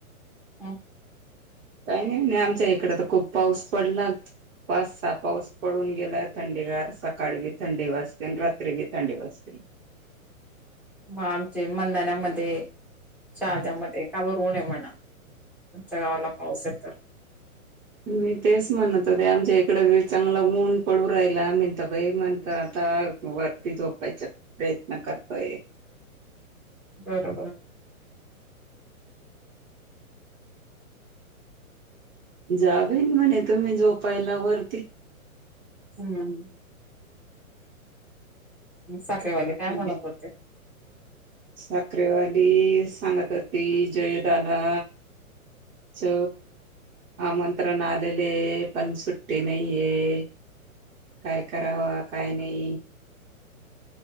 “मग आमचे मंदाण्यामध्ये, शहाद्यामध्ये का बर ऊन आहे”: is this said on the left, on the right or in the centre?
Centre